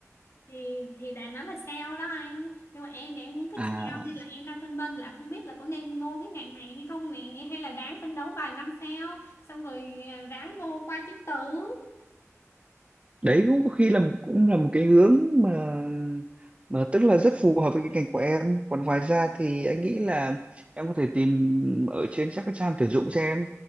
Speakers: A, on the left (about 55°); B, on the right (about 25°).
A: thì thì đã nói là sale đó anh nhưng mà em thì em không thích
B: À,
A: sale nên là em đang phân vân là không biết là có nên vô cái ngành này hay không này hay là ráng phấn đấu vài năm sao xong rồi à, ráng vô qua chứng tử
B: đấy cũng có khi là cũng là một cái hướng mà mà tức là rất phù hợp với cái ngành của em còn ngoài
A: Ờ,
B: ra thì anh nghĩ là em có thể tìm ở trên các cái trang tuyển dụng xem